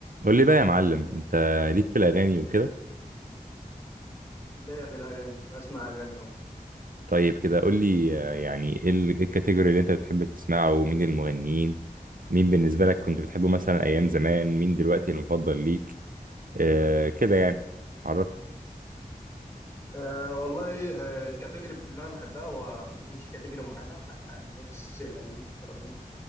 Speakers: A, on the right; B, on the left.
A: قول لي بقى يا معلم انت ليك في الاغاني وكده
B: ليا في الأغاني بسمع أغاني أهو
A: طيب كده قول لي آه، يعني ايه ال- إيه الكاتيجوري اللي انت بتحب تسمعه ومين المغنيين مين بالنسبه لك كنت بتحبه مثلا ايام زمان مين دلوقتي المفضل ليك آه كده يعني عرفني
B: أه والله آه، الكاتيجوري اللي أنا بحبها هو مش كاتيجوري معينة أنا ميكس غريب رهيب